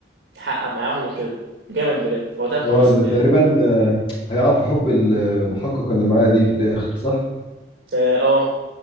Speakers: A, on the right (about 80°); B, on the left (about 30°).
A: ويحقق معاهم وكده جامد بجد هو ثلاث
B: اه
A: مواسم
B: ده
A: حاجة
B: تقريبا
A: زي كده
B: آه، هيقع في حب المحقق اللي معايا دي في الاخر صح
A: اه اه